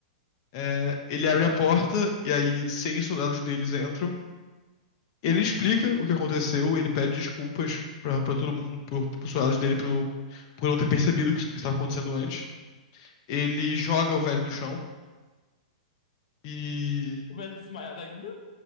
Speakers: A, on the left; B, on the left.
A: É, ele abre a porta, e aí seis soldados deles entram, Ele explica o que aconteceu, ele pede desculpas pra, pra todo mundo, pro, pros soldados dele, pelo, por não ter percebido o que isso estava acontecendo antes. Ele joga o velho no chão e.
B: O Belo desmaiado ainda?